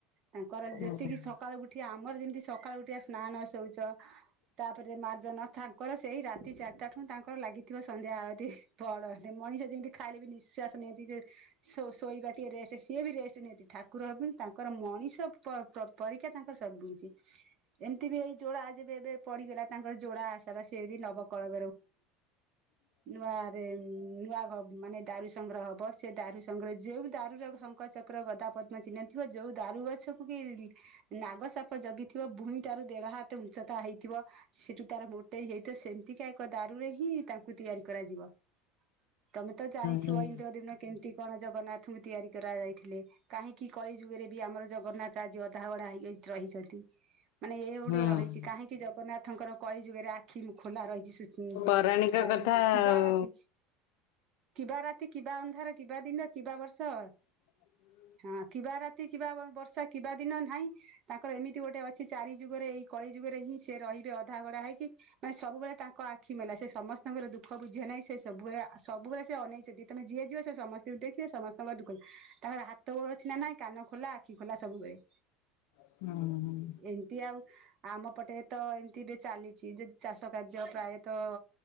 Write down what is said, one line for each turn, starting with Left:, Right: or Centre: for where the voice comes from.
Right: ତାଙ୍କର
Left: ହୁଁ
Right: ଯେତିକି
Left: ହୁଁ
Right: ସକାଳୁ ଗୋଟେ ଏଠି ଆମର ଯେମିତି ସକାଳୁ ଉଠିବା ସ୍ନାନ ଶୌଚ ତାପରେ ମାର୍ଜନ ତାଙ୍କର ସେଇ ରାତି ଚାରିଟା ଠୁ ତାଙ୍କର ଲାଗିଥିବ ସନ୍ଧ୍ୟା ଆଳତୀ ପହଡ଼ ହେଲେ ମଣିଷ ଯେମିତି ଖାଇଲେ ବି ନିଶ୍ୱାସ ନିଅନ୍ତି ଯେ ଶୋ ଶୋଇବା ଟିକେ ରେଷ୍ଟ ସି ସିଏ ବି ରେଷ୍ଟ ନିଅନ୍ତି ଠାକୁର ହେଲେ ତାଙ୍କର ମଣିଷ ପ ପରୀକ୍ଷା ତାଙ୍କର ସବୁକିଛି ଏମିତି ବି ଏଇ ଯୋଡା ଯେବେ ଏବେ ପଡିଗଲା ତାଙ୍କର ଯୋଡା ଆଷାଢ ସିଏ ବି ନବକଳେ ନୂଆ ରେମ୍ ନୂଆ ଘ ମାନେ ଦାରୁ ସଂଗ୍ରହ ହବ ସେ ଦାରୁ ସଂଗ୍ରହ ଯେଉ ଦାରୁୁର ଶଙ୍କ ଚକ୍ର ଗଦା ପଦ୍ମ ଚିହ୍ନ ଥିବ ଯୋଉ ଦାରୁ ଗଛକୁ ବି ନାଗ ସାପ ଜଗିଥିବ ଭୂଇଁ ଠାରୁ ଦେଢ ହାତ ଉଚ୍ଚତା ହେଇଥିବ। ସେଠୁ ତାର ମୋଟେଇ ହେଇଥିବ ସେମତି କା ଏକ ଦାରୁରେ ହିଁ ତାଙ୍କୁ ତିଆରି କରାଯିବ ତମେ ତ ଜାଣିଥିବ
Left: ହୁଁ
Right: ଏଇ ପନ୍ଦର ଦିନ କେମିତି କଣ ଜଗନ୍ନାଥଙ୍କୁ ତିଆରି କରାଯାଇଥିଲେ? କାହିଁକି କଳି ଯୁଗରେ ବି ଆମର ଜଗନ୍ନାଥ ଆଜି ଅଧା ଗଡା ହେଇ ଯାଇକି ରହିଛନ୍ତି। ମାନେ ଇଏ ଗୋଟେ
Left: ହୁଁ
Right: ରହିଛି କାହିଁକି ଜଗନ୍ନାଥଙ୍କର କଳି ଯୁଗରେ ଆଖି ରୁ ଖୋଲା ରହିଛି ସୁ ହୁଁ
Left: ପୌରାଣିକ
Right: ସମ୍
Left: କଥା
Right: କିବା
Left: ଆଉ
Right: ରାତି କିବା ରାତି କିବା ଅନ୍ଧାର କିବା ଦିନ କିବା ବର୍ଷ
Left: ସେ ସଦ ଗୁରୁ
Right: ହଁ କିବା ରାତି କିବା ବ ବର୍ଷା କିବା ଦିନ ନାହିଁ ତାଙ୍କର ଏମିତି ଗୋଟେ ଅଛି ଚାରି ଯୁଗରେ ଏଇ କଳି ଯୁଗରେ ହିଁ ସେ ରହିବେ ଅଧାଗଢା ହେଇକି ମାନେ ସବୁବେଳେ ତାଙ୍କ ଆଖି ଆଖି ମେଲା ସେ ସମସ୍ତଙ୍କର ଦୁଃଖ ବୁଝିବା ନାଗି ସେ ସବୁବେଳେ ସବୁବେଳେ ସେ ଅନେଇଛନ୍ତି ତମେ ଯିଏ ଯିବ ସେ ସମସ୍ତଙ୍କୁ ଦେଖିବେ ସମସ୍ତେ ସମସ୍ତ ଦୁଃଖ ତାଙ୍କର ହାତ ଗୋଡ ଅଛି ନା ନାଇଁ କାନ ଖୋଲା ଆଖି ଖୋଲା ସବୁବେଳେ।
Left: ହୁଁଁ।
Right: ଏମିତି ଆଉ ଆମ ପଟେ ତ ଏମିତି ବି ଚାଲିଛି ଯେ ଚାଷ କାର୍ଯ୍ୟ ପ୍ରାୟ ତ